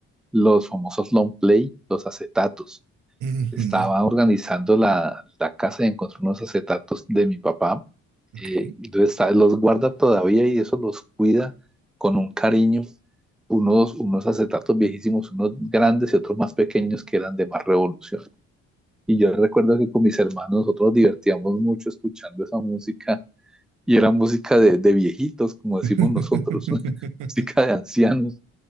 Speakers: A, in the centre; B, on the right.
A: los famosos long play, los acetatos.
B: ujú,
A: Estaba organizando la, la casa y encontré unos acetatos de mi papá Eh,
B: ok.
A: entonces, ¿sabes? Los guarda todavía y eso los cuida con un cariño. Unos, unos acetatos viejísimos, unos grandes y otros más pequeños que eran de más revolución. Y yo recuerdo que con mis hermanos nosotros nos divertíamos mucho escuchando esa música y era música de, de viejitos, como decimos
B: <laughs>
A: nosotros, <laughs> música de ancianos